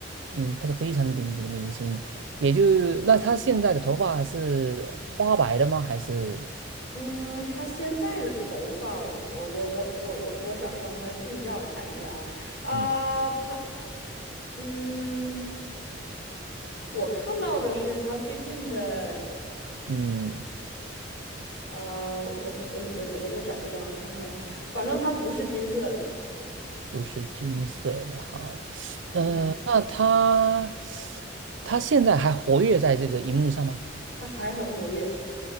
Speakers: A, on the right (about 70°); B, on the left (about 70°).
A: 嗯，他是非常顶级的明星，也就那他现在的头发是花白的吗？还是
B: 嗯，他现在的头发，我我我我我我我找一张他的近照看一下啊啊，
A: 嗯，
B: 他嗯，我看到的是他最近的
A: 嗯，
B: 啊，我我想我我再我再找一张看看，反正他不是金色的，
A: 不是金色的哈？
B: 嗯，
A: 那他他现在还活跃在这个荧幕上吗？
B: 他还很活跃，